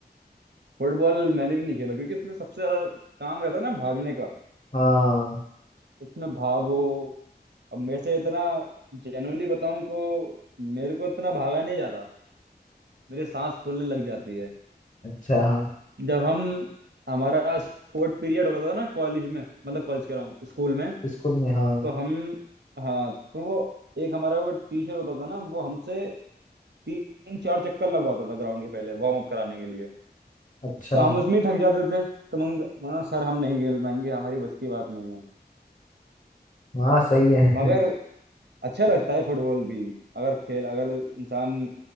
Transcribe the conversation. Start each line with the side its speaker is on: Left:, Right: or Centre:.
Right: फुटबॉल मैंने भी नहीं खेला क्योंकि इसमें सबसे ज्यादा काम रहता है ना भागने का
Left: हाँ
Right: इसमें भागो अब मेरे से इतना जेन्युइनली बताऊं तो मेरे को इतना भागा नहीं जाता मेरे सांस फूलने लग जाती है
Left: अच्छा हाँ
Right: जब हम हमारा स्पोर्ट पीरियड होता था ना कॉलेज में मतलब कॉलेज कह रहा हूँ स्कूल में
Left: स्कूल में हाँ
Right: तो हम हाँ तो वो एक हमारा वो टीचर होता था ना वो हमसे तीन चार चक्कर लगवाता था ग्राउंड के पहले वार्म अप कराने के लिए
Left: अच्छा
Right: तो हम उसमें ही थक जाते थे तो मैं मना सर हम नहीं खेल पाएंगे हमारी बस की बात नहीं है
Left: हाँ सही है
Right: मगर
Left: <laughs>
Right: अच्छा लगता है फुटबॉल भी अगर खेल अगर इंसान